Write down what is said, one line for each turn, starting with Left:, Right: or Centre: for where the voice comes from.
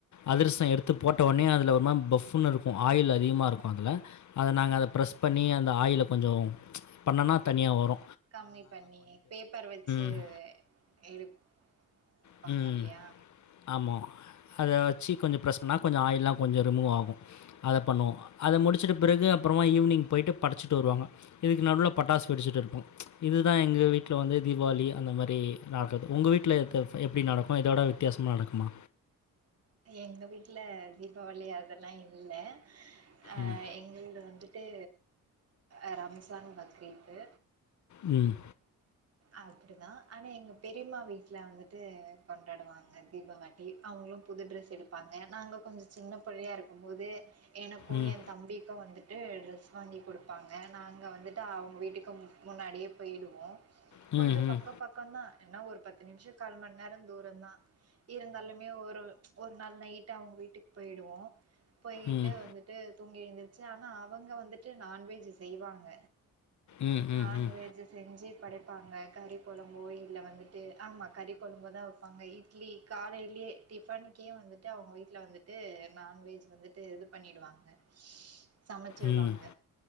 Left: அதிரசம் எடுத்து போட்ட ஒடனே அதுல ஒரு மாரி பஃபுன்னு இருக்கும் ஆயில் அதிகமாக இருக்கு அதுல அத நாங்க
Right: ஆமா
Left: அத ப்ரஸ் பண்ணி அந் அந்த ஆயில கொஞ்சோ பண்ணன்னா தனியா வரு
Right: கம்மி பண்ணி பேப்பர் வச்சு
Left: ம்
Right: எடுப்பாங்க
Left: ம்.
Right: இல்லையா
Left: ஆமா. அத வச்சு கொஞ்ச ப்ரஸ் பண்ணா கொஞ்ச ஆயில்லா கொஞ்சம் ரிமூவ் ஆகு அத பண்ணுவோ அத முடிச்சிட்ட பிறகு அப்பறமா ஈவ்னிங் போயிட்டு படச்சிட்டு வருவாங்க இதுக்கு நடுவுல பட்டாசு வெடிச்சிட்டு இருப்போ இது தா எங்கள் வீட்ல வந்து தீபாவளி அந்த மாரி நடக்கறது உங்க வீட்ல எந்த எப்டி நடக்கு இதோட வித்தியாசமா நடக்குமா
Right: எங்க வீட்ல தீபாவளி அதெல்லா இல்ல அ
Left: ம்.
Right: எங்கள்ல வந்துட் ட்டு அ ரம்ஸான் பக்ரீத்து
Left: ம்
Right: அப்டிதா ஆனா எங்க பெரிம்மா வீட்ல வந்துட்டு கொண்டாடுவாங்க தீபாவளி அவங்ளு புது ட்ரெஸ் எடுப்பாங்க நாங்க கொஞ்ச சின்ன புள்ளையா இருக்கும் போது எனக்கு
Left: ம்.
Right: எ தம்பிக்கு வந்து ட்டு ட்ரெஸ் வாங்கி கொடுப்பாங்க நாங்க வந்துட்டு அவங்க வீட்டுக்கு முன்னாடியே போயிடுவோ
Left: ம்.
Right: கொஞ்ச
Left: ம்.
Right: பக்க பக்கந்தா என்ன ஒரு பத்து நிமிஷ கால் மண்நேர தூரம் தா இருந்தாலுமே ஒரு ஒரு நாள் நைட் அவுங்க வீட்டுக்கு போயிடுவோ போயிட்டு
Left: ம்.
Right: வந்துட்டு தூங்கி எழுந்துருச்சு ஆனா அவங்க வந்துட்டு நான்வெஜ் செய்வாங்க
Left: ம். ம். ம்.
Right: நான்வெஜ் செஞ்சு படைப்பாங்க கறி கொழம்போ இல்ல வந்துட்டு ஆமா கறி கொழம்பு தா வைப்பாங்க இட்லி காலையிலயே டிஃபனுக்கே வந்துட்டு அவுங்க வீட்ல வந்துட்டு நான்வெஜ் வந்துட்டு இது பண்ணிடுவாங்க சமைச்சிருவாங்க
Left: ம்.